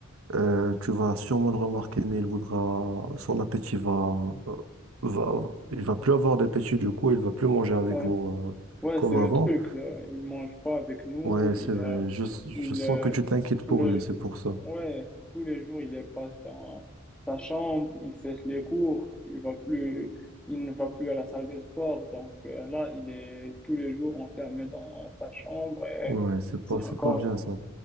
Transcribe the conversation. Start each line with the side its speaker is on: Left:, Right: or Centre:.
Right: Euh, tu vas sûrement le remarquer, mais il voudra, son appétit va, euh, va, il va plus avoir d'appétit du coup, il va plus manger avec
Centre: Ouais,
Right: vous euh,
Centre: ouais,
Right: comme
Centre: c'est le
Right: avant.
Centre: truc. euh, il mange pas avec nous.
Right: Ouais, c'est
Centre: Il,
Right: vrai.
Centre: euh,
Right: Je,
Centre: il,
Right: je sens
Centre: euh,
Right: que tu t'inquiètes
Centre: tout
Right: pour
Centre: le,
Right: lui, c'est pour ça.
Centre: Ouais, tous les jours, il est passe dans sa chambre, il sèche les cours, il va plus, il ne va plus à la salle de sport. Donc euh, là, il est tous les jours enfermé dans sa chambre. Et
Right: Ouais, c'est
Centre: c'est
Right: pas, c'est
Centre: encore...
Right: pas bien ça.